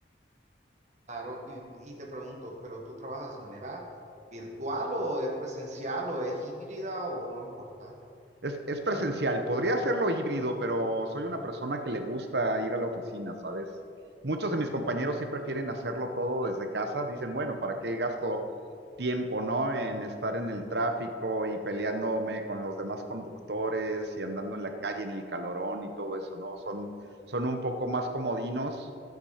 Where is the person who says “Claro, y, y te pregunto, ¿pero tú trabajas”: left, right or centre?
Right